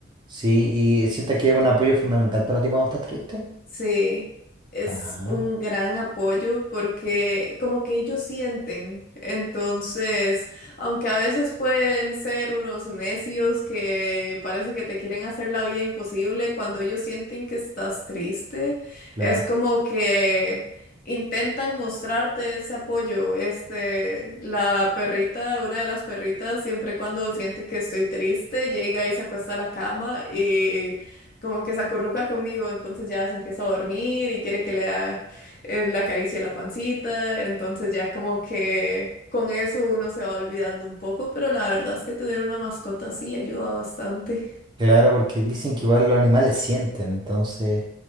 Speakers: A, on the right; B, on the left.
A: Sí, y sientes que es un apoyo fundamental para ti cuando estás triste.
B: Sí, es
A: Ajá,
B: un gran apoyo porque como que ellos sienten, entonces, aunque a veces pueden ser unos necios que parece que te quieren hacer la vida imposible, cuando ellos sienten que estás triste,
A: claro.
B: es como que intentan mostrarte ese apoyo. Este, la perrita, una de las perritas, siempre cuando siente que estoy triste, llega y se acuesta a la cama y como que se acurruca conmigo, entonces ya se empieza a dormir y quiere que le da, eh, la acaricie la pancita, entonces ya como que con eso uno se va olvidando un poco, pero la verdad es que tener una mascota así ayuda bastante.
A: Claro, porque dicen que igual los animales sienten, entonces